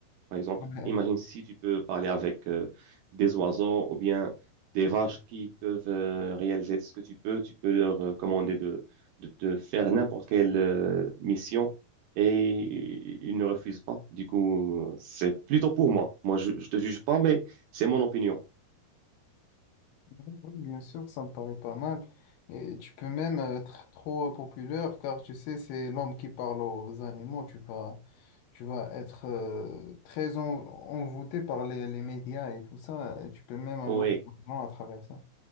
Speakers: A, on the right; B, on the left.
A: Par exemple,
B: Ouais.
A: imagine si tu peux parler avec euh, des oiseaux ou bien des vaches qui peuvent euh, réaliser ce que tu peux. Tu peux leur euh, commander de, de, de faire n'importe quelle euh, mission et ils ne refusent pas. Du coup, c'est plutôt pour moi. Moi, je, je te juge pas, mais c'est mon opinion.
B: Ouais, ouais, bien sûr, ça me paraît pas mal. Et tu peux même euh, être trop populaire, car tu sais, c'est l'homme qui parle aux animaux. Tu vas, tu vas être euh, très en- envoûté par les, les médias et tout ça. Et tu peux même avoir
A: Oui,
B: de l'argent à travers ça.